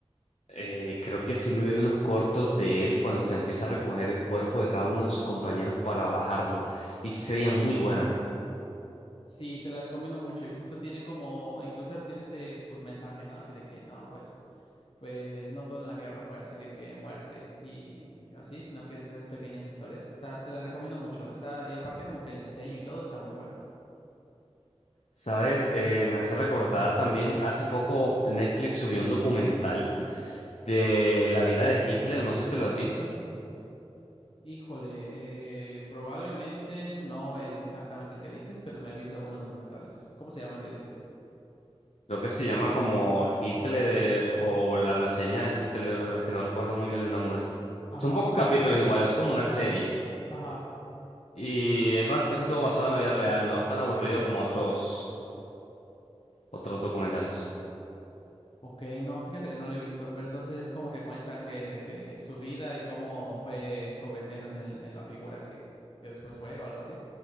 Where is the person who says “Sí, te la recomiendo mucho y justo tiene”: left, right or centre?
Left